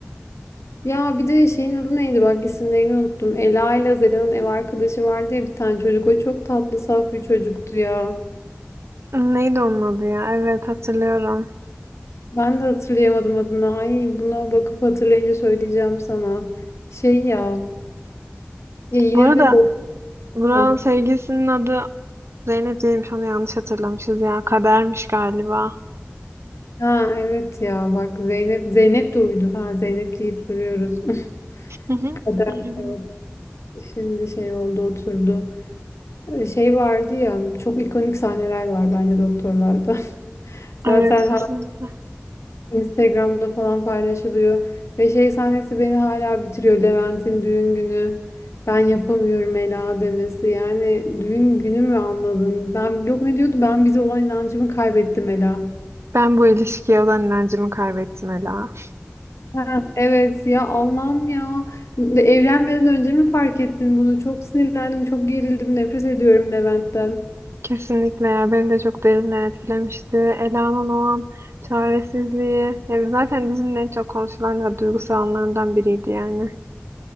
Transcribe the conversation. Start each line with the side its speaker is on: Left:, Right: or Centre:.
Left: Ya bir de şeyin adı neydi bak isimlerini unuttum. Ela ile Zeren'in ev arkadaşı vardı ya bir tane çocuk. O çok tatlı saf bir çocuktu ya.
Right: Neydi onun adı ya? Evet hatırlıyorum.
Left: Ben de hatırlayamadım adını. Ay buna bakıp hatırlayınca söyleyeceğim sana. Şey ya. Ya yine
Right: Bu arada
Left: de bak.
Right: Burak'ın
Left: Ha,
Right: sevgilisinin adı Zeynep değilmiş. Onu yanlış hatırlamışız ya. Kadermiş galiba.
Left: ha, evet ya bak Zeynep Zeynep de uydu. Ha Zeynep deyip duruyoruz.
Right: Hı
Left: <laughs>
Right: hı.
Left: Kader
Right: Aynen.
Left: evet. Şimdi şey oldu oturdu. Ee, Şey vardı ya çok ikonik sahneler var bence doktorlarda. <laughs> Zaten
Right: Evet kesinlikle.
Left: Instagram'da falan paylaşılıyor. Ve şey sahnesi beni hala bitiriyor. Levent'in düğün günü. Ben yapamıyorum Ela demesi. Yani düğün günü mü anladın? Ben yok ne diyordu? Ben bize olan inancımı kaybettim Ela.
Right: Ben bu ilişkiye olan inancımı kaybettim Ela.
Left: Ha, evet ya Allah'ım ya. De- Evlenmeden önce mi fark ettin bunu? Çok sinirlendim, çok gerildim, nefret ediyorum Levent'ten.
Right: Kesinlikle ya beni de çok derinden etkilemişti. Ela'nın o an çaresizliği yani zaten dizinin en çok konuşulan ve duygusal anlarından biriydi yani.